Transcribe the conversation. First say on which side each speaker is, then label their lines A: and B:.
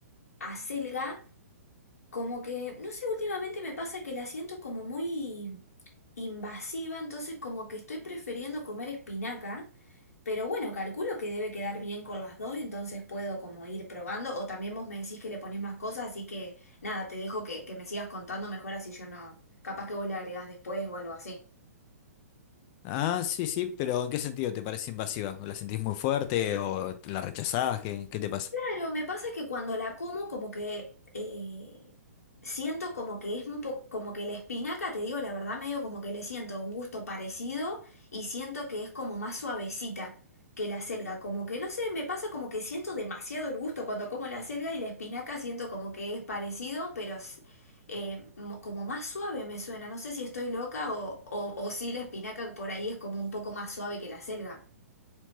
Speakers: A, on the left; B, on the left.
A: mm, acelga, Como que, no sé, últimamente me pasa que la siento como muy invasiva, entonces como que estoy prefiriendo comer espinaca, pero bueno, calculo que debe quedar bien con las dos, entonces puedo como ir probando, o también vos me decís que le ponés más cosas, así que nada, te dejo que, que me sigas contando mejor así yo no, capaz que vos le agregás después o algo así.
B: Ah, sí, sí, pero ¿en qué sentido te parece invasiva? ¿La sentís muy fuerte o la rechazás? ¿Qué, qué te pasa?
A: Claro, me pasa que cuando la como, como que eh, siento como que es un poco, como que la espinaca, te digo la verdad, medio como que le siento un gusto parecido y siento que es como más suavecita que la selga. Como que no sé, me pasa como que siento demasiado el gusto cuando como la selga y la espinaca siento como que es parecido, pero s- eh, mo- como más suave me suena. No sé si estoy loca o, o, o si la espinaca por ahí es como un poco más suave que la selga.